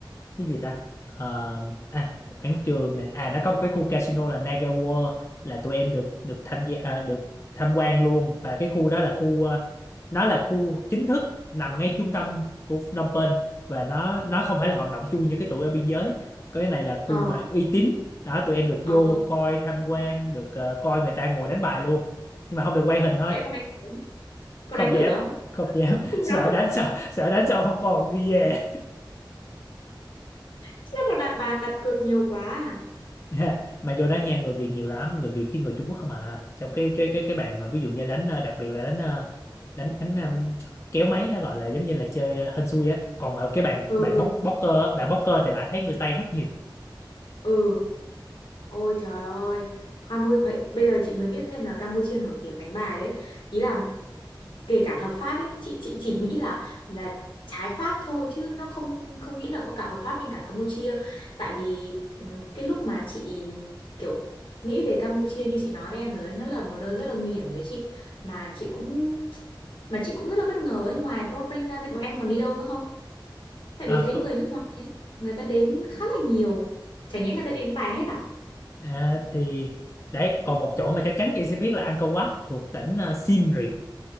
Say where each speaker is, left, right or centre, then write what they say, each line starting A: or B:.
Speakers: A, on the left (about 35°); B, on the left (about 80°).
A: cái gì ta Ờ, à quảng trường nè à nó có một cái khu casino là Naga World là tụi em được được tham gia à, được tham quan luôn và cái khu đó là khu ờ, nó là khu chính thức nằm ngay trung tâm của Phnom Penh và nó nó không phải là hoạt động chui như cái tụi ở biên giới cái này là khu
B: ờ
A: mà uy tín đó tụi em được
B: ờ
A: vô coi tham quan được ờ, coi người ta ngồi đánh bài luôn nhưng mà không được quay hình thôi
B: thế em có đánh thử không? có
A: không
B: đánh thử
A: dám
B: không
A: không dám <laughs>
B: không
A: sợ
B: dám á
A: đánh xong sợ đánh xong không còn đi về
B: chắc là đặt bàn đặt cược nhiều quá à
A: Ha, mà vô đá nha người Việt nhiều lắm người Việt chứ người Trung Quốc không à trong cái cái cái cái bàn mà ví dụ như đánh ờ, đặc biệt là đánh ờ, đánh đánh um, kéo máy nó gọi là giống như là chơi uh, hên xui á còn mà cái bàn
B: ừ
A: bàn
B: ừ
A: bóc bóc cơ á, bạn bóc cơ thì lại thấy người Tây rất nhiều
B: ừ Ôi trời ơi, Campuchia, bây giờ chị mới biết thêm là Campuchia nổi tiếng đánh bài đấy. Ý là kể cả hợp pháp ấy, chị chị chỉ nghĩ là là trái pháp thôi chứ nó không không nghĩ là có cả hợp pháp bên cả Campuchia. Tại vì ừm, cái lúc mà chị kiểu nghĩ về Campuchia như chị nói với em rồi ấy, nó là một nơi rất là nguy hiểm với chị mà chị cũng mà chị cũng rất là bất ngờ ấy, ngoài Phnom Penh ra thì bọn em còn đi đâu nữa không? Tại
A: à,
B: vì thấy
A: có,
B: người nước ngoài ấy, người ta đến khá là nhiều. Chả nhẽ người ta đi đánh bài hết à?
A: à, thì đấy còn một chỗ mà chắc chắn chị sẽ biết là Angkor Wat thuộc tỉnh uh, Siem Reap